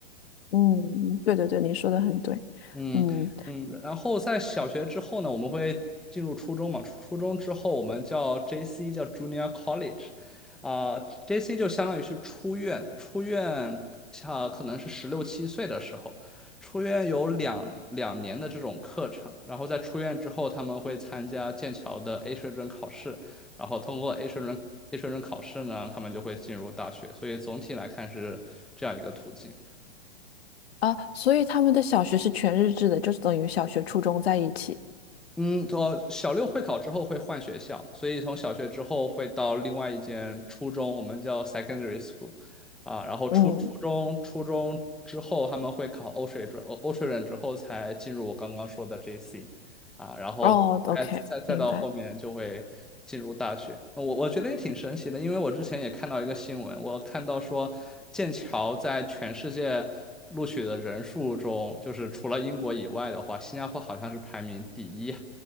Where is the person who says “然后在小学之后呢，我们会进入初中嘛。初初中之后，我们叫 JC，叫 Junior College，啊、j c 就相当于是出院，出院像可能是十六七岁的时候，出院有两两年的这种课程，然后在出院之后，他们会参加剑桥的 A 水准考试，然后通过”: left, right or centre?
Centre